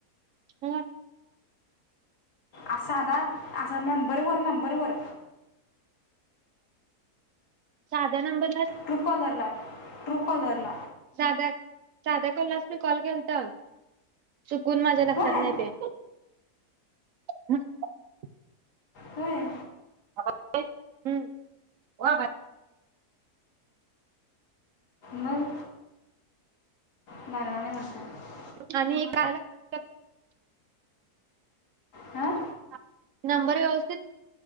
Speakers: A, on the right (about 65°); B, on the left (about 85°).
A: हो.
B: असाध असा नंबरवरर नंबरवरर.
A: साध्या नंबर <unintelligible>
B: ट्रूकॉलर ट्रूकॉलर
A: साधा साध्या कल्यास मी कॉल केलता. चुकून माझ्या लक्षात
B: होय
A: नाहीेत. हम <unintelligible>
B: होय.
A: <unintelligible> हम्म <unintelligible>
B: मग <unintelligible> नाही म्हणत आहे <inaudible>
A: आणि काय? <inaudible> तर <inaudible>
B: हां
A: <unintelligible> नंबर व्यवस्थित